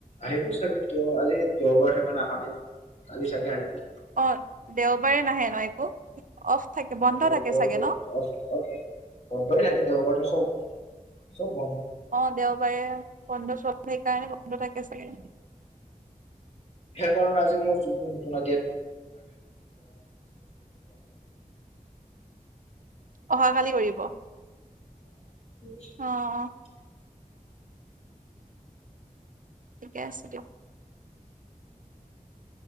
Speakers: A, on the left; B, on the right.
A: আহিবো চজ আজি দেওবাৰ সেকাৰ ন হয় কালি চাগে আহ
B: অ দেওবাৰে নাহে ন একো অফ থাকে বন্ধ
A: অ' দে
B: থাকে
A: দেব
B: চাগে ন
A: অ' বন্ধ হৈ থাকে দেওবাৰে চব। <inaudible>
B: অ' দেওবাৰে বন্ধ চব সেইকাৰণে বন্ধ থাকে চাগে।
A: সেই কাৰণে আজি মোৰ যোনটো নতুন
B: অহাকালি কৰিব অ
A: <unintelligible> <unintelligible>
B: অ ঠিকেই আছে দিয়ক।